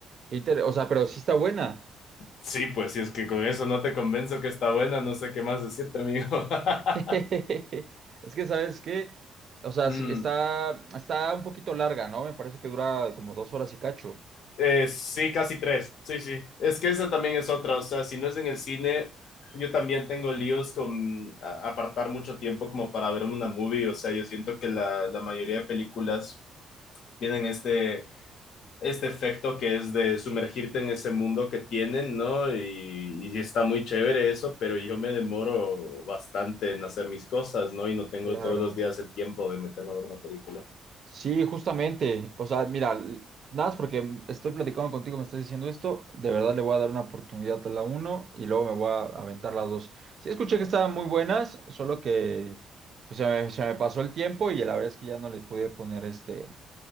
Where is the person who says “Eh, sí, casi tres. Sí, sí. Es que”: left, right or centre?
Left